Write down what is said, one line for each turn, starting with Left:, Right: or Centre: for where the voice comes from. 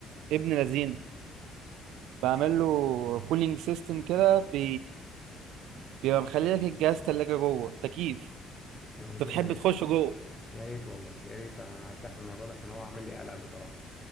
Right: ابن لذينه بعمل له كولينج سيستم كده بي... بيبقى مخلي لك الجهاز تلاجة جوه تكييف
Left: <clears throat>
Right: انت تحب
Left: يعني
Right: تخش جوه
Left: يا ريت والله يا ريت ارتاح من الموضوع ده عشان هو عامل لي قلق بصراحه